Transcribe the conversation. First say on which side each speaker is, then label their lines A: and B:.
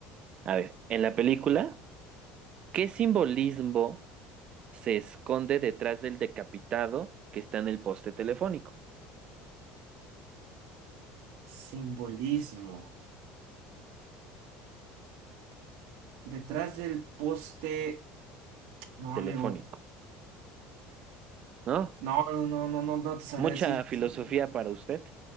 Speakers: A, on the right; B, on the right.
A: A ver, en la película, ¿qué simbolismo se esconde detrás del decapitado que está en el poste telefónico?
B: Simbolismo. Detrás del poste. No,
A: Telefónico,
B: amigo.
A: ¿no?
B: No, no, no, no, no, no te sabré
A: Mucha
B: decir. ¿Qué
A: filosofía
B: es el-
A: para usted.